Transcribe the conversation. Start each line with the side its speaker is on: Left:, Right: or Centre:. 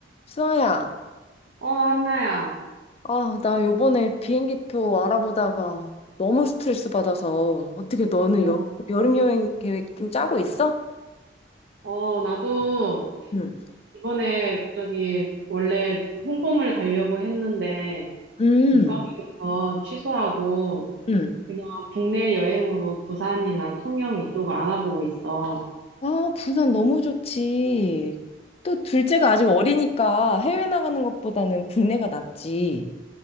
Left: 수아야,
Right: 어, 한나야.
Left: 아, 나 요번에 비행기표 알아보다가 너무 스트레스 받아서 어떻게 너는
Right: 어,
Left: 여, 여름 여행 계획 좀 짜고 있어?
Right: 어, 나도
Left: 응,
Right: 이번에 저기 원래 홍콩을 가려고 했는데
Left: 음,
Right: 못 가게 돼서 취소하고
Left: 음.
Right: 그냥 국내 여행으로 부산이나 통영 이쪽을 알아보고 있어.
Left: 아, 부산 너무 좋지. 또 둘째가 아직 어리니까 해외 나가는 것보다는 국내가 낫지.